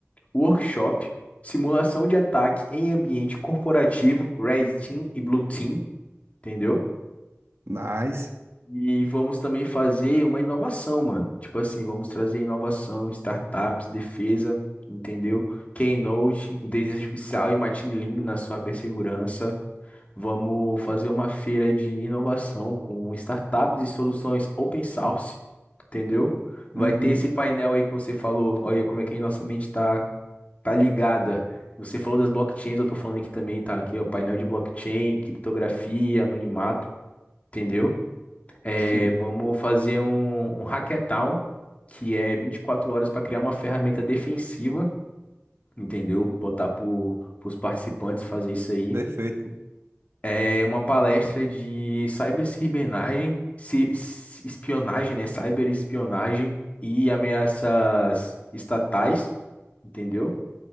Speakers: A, on the left; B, on the right.
A: workshop, simulação de ataque em ambiente corporativo, Red Team e Blue Team, entendeu?
B: Nice.
A: E vamos também fazer uma inovação, mano. Tipo assim, vamos trazer inovação, startups, defesa, entendeu? Keynote, inteligência artificial e machine learning na sua cibersegurança. Vamos fazer uma feira de inovação com startups e soluções open source, entendeu? Vai
B: Uhum.
A: ter esse painel aí que você falou. Olha como é que a nossa mente tá, tá ligada. Você falou das blockchains, eu tô falando aqui também, tá? Aqui, ó, painel de blockchain, criptografia, anonimato, entendeu? É,
B: Sim.
A: vamos fazer um, um hackathon, que é 24 horas para criar uma ferramenta defensiva, entendeu? Botar para os participantes fazer isso aí.
B: Perfeito.
A: É uma palestra de ciberespionagem, ci- ci- espionagem, né? Cyberespionagem e ameaças estatais, entendeu?